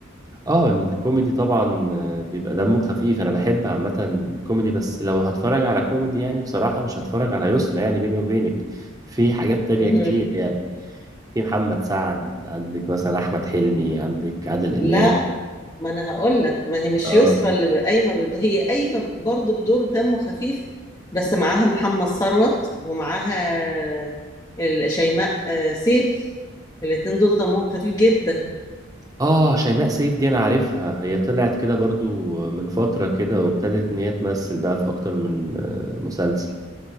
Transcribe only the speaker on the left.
<laughs>
لا ما انا هقول لك ما هي مش
يسرى اللي ب- قايمه بد... هي قايمه برضه بدور دمه خفيف بس معاها محمد ثروت ومعاها ال- شيماء آه، سيف الاتنين دول دمهم خفيف جدا